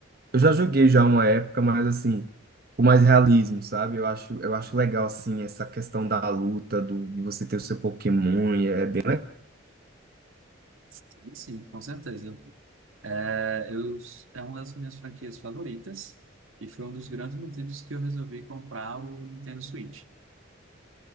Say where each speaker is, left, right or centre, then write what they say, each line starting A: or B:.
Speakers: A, on the right; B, on the right.
A: Eu já joguei já uma época, mas assim, com mais realismo, sabe? Eu acho, eu acho legal assim essa questão da luta, do, de você ter o seu Pokémon, e é bem
B: Sim, sim, com certeza. É, eu, é uma das minhas franquias favoritas, e foi um dos grandes motivos que eu resolvi comprar o Nintendo Switch.